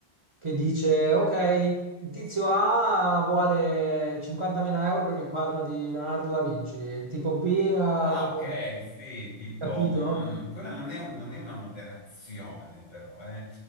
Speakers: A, on the right; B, on the left.
A: che dice, ok, il tizio A vuole 50.000 euro per il quadro di Leonardo da Vinci, il tipo B ha
B: Ah,
A: dato...
B: ok, sì, tipo,
A: Capito?
B: mm, quella non è, un- non è una moderazione, però, eh.